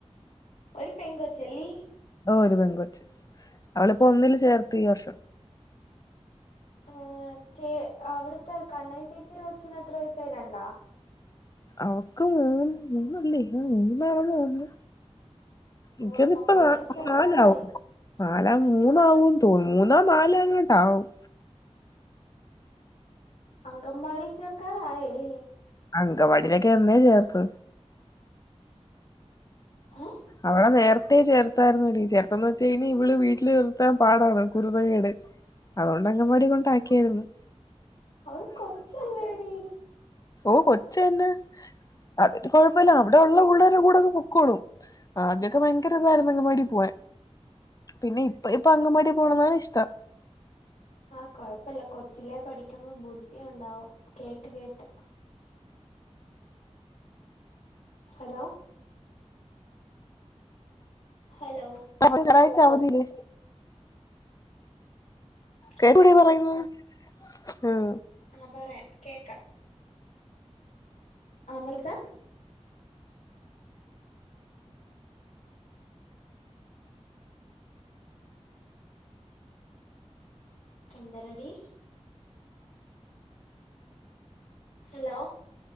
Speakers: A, on the left (about 80°); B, on the left (about 30°).
A: ഒരു പെങ്കോച്ചല്ലി
B: ഓ ഒരു പെൺകൊച്ച് അവളിപ്പോ ഒന്നില് ചേർത്തീവർഷം
A: ആ ചേ അവിടുത്തെ കണ്ണകി ചേച്ചി കൊച്ചിന് എത്ര വയസായി രണ്ടാ
B: അവക്ക് മൂന്ന് മൂന്നല്ലേ ഹൊ മൂന്നാണന്ന് തോന്നുന്നു.
A: ഓ
B: ഇൻകതിപ്പോ
A: അപ്പൊ അങ്കൻവാടി
B: ന
A: ചേർക്കാറായി
B: നാലാവും നാലാ മൂന്നാവു തോന്നുന്നു. മൂന്നാ നാലാ എങ്ങാണ്ടാവും
A: അംഗവാടി ചേർക്കാറായല്ലേ?
B: അംഗവാടിയിലൊക്കെ എന്നേ ചേർത്തു
A: ഹേ
B: അവളെ നേരത്തെേ ചേർത്തായിരുന്നടി ചേർത്തന്ന് വെച്ച് ഇനി ഇവള് വീട്ടില് നിർത്താൻ പാടാണ് കുരുതകേട് അതുകൊണ്ട് അംഗവാടി കൊണ്ട് ആക്കിയാരുന്നു
A: അവള് കൊച്ചല്ലേടി?
B: ഓ കൊച്ചന്നെ അതിന് കൊഴപ്പല്ല അവിടെ ഉള്ള പിള്ളേരുടെ കൂടെ ഒക്കെ പൊക്കോളും. ആദ്യൊക്കെ ഭയങ്കരതായിരുന്നു അങ്കവാടി പോവാൻ പിന്നെ ഇപ്പ ഇപ്പൊ അങ്കൻവാടി പോണന്നാണ് ഇഷ്ടം.
A: ആകൊഴപ്പല്ല കൊച്ചിലേ പഠിക്കുമ്പോ ബുദ്ധി ഒണ്ടാവും കേട്ട് കേട്ട് ഹലോ ഹലോ
B: അപ്പൊ <unintelligible> അവധിയില്ലേ? കേട്ടോടിപറയുന്നത്.
A: ആഹ്
B: ഉം
A: ആ പറേ കേക്ക അമൃത എന്തരെടി ഹലോ